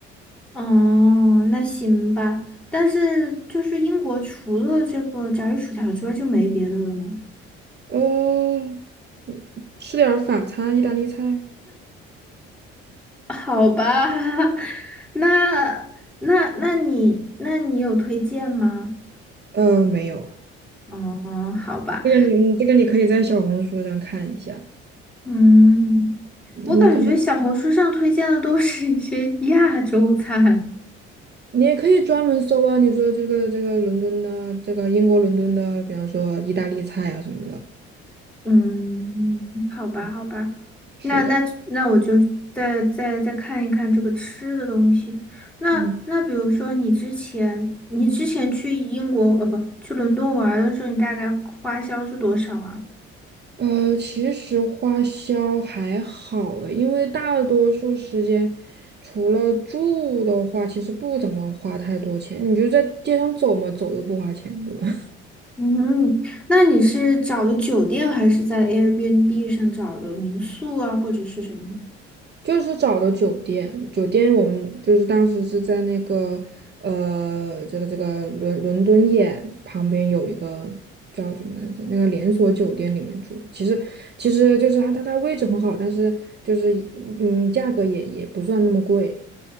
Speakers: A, in the centre; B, on the right.
A: 哦，那行吧。但是就是英国除了这个炸鱼薯条之外就没别的了吗？
B: 嗯，吃点儿法餐、意大利菜。
A: <laughs> 好吧，<laughs> 那那那你那你有推荐吗？
B: 呃，没有，
A: 哦，好吧，
B: 这个你嗯这个你可以在小红书上看一下，
A: 嗯，
B: 嗯你可能
A: 我感觉小红书上推荐的都是一些 <laughs> 亚洲菜，
B: 你也可以专门搜啊，你说这个这个伦敦的这个英国伦敦的，比方说意大利菜啊什么的。
A: 嗯，好吧，
B: 嗯，
A: 好吧，
B: 是的。
A: 那那那我就再再再看一看这个吃的东西。那那比如说你之前你之前去英国呃不去伦敦玩儿的时候，
B: 嗯。
A: 你大概花销是多少啊？
B: 呃，其实花销还好诶，因为大多数时间除了住的话，其实不怎么花太多钱。你就在街上走嘛，走又不花钱，对吧？
A: 嗯，那你是找的酒店还是在 Airbnb 上找的民宿啊，或者是什么呢？
B: <laughs> 就是找的酒店，酒店我们就是当时是在那个呃，这个这个伦伦敦眼旁边有一个叫什么来着，那个连锁酒店里面住的。其实其实就是它它它位置很好，但是就是嗯，价格也也不算那么贵。